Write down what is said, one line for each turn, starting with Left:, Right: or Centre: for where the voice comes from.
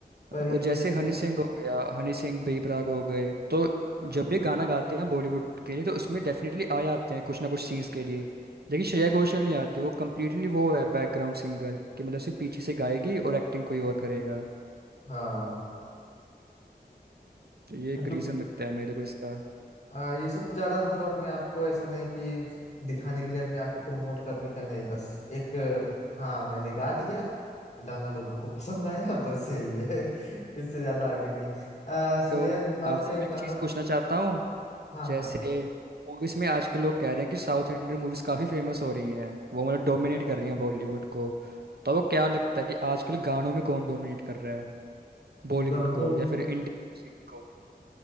Left: पर ये
Right: और
Left: जो
Right: जैसे
Left: सिर्फ
Right: हनी सिंह हो गया हनी सिंह बी प्राक हो गए तो
Left: हाँ
Right: जब भी गाना गाते हैं बॉलीवुड के लिए तो उसमें डेफिनेटली आ जाते हैं कुछ ना कुछ सीन्स के लिए लेकिन श्रेया घोषाल नहीं आती वो कम्प्लीटली वो है बैकग्राउंड सिंगर कि मतलब सिर्फ पीछे से गाएगी और एक्टिंग कोई और करेगा
Left: हाँ,
Right: तो ये
Left: हाँ,
Right: एक
Left: क्योंकि
Right: रीज़न लगता है मेरे को इसका
Left: हाँ, ये सब ज्यादा मतलब अपने आप को ऐसा नहीं कि दिखाने के लिए अपने आप को प्रमोट करने का नहीं बस एक हाँ मैंने गा दिया गाना लोगों को पसंद आया बस यही है <laughs> इससे ज्यादा आगे नहीं अ, श्रेया
Right: तो
Left: घोषाल
Right: आपसे
Left: का एक
Right: मैं एक
Left: गाना
Right: चीज़ पूछना चाहता हूँ
Left: हाँ
Right: जैसे
Left: हाँ
Right: मूवीज़ में आजकल लोग कह रहे हैं कि साउथ इंडियन मूवीज़ काफ़ी फेमस हो रही हैं वो मतलब डोमिनेट कर रही हैं बॉलीवुड को तो आपको क्या लगता है कि आजकल गानों में कौन डोमिनेट कर रहा है बॉलीवुड
Left: गानों
Right: को या फिर इंडियन म्यूजिक को